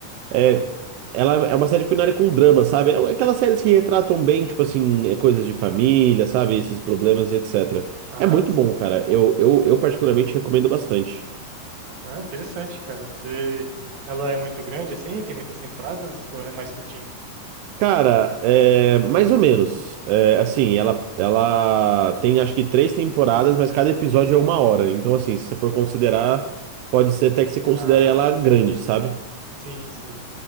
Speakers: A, on the right; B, on the right.
A: É, ela é uma série culinária com drama, sabe? É um, aquelas séries que retratam bem, tipo assim, é, coisas de família, sabe? Esses problemas e etc.
B: Ah,
A: É muito
B: sei.
A: bom, cara. Eu, eu, eu particularmente recomendo bastante.
B: Ah, interessante, cara. Você... Ela é muito grande assim? Tem muitas temporadas? Ou ela é mais curtinha?
A: Cara, é, mais ou menos. É, assim, ela, ela tem acho que três temporadas, mas cada episódio é uma hora. Então, assim, se você for considerar, pode ser até que você considere
B: Ah,
A: ela grande, sabe? <laughs>
B: sim, sim.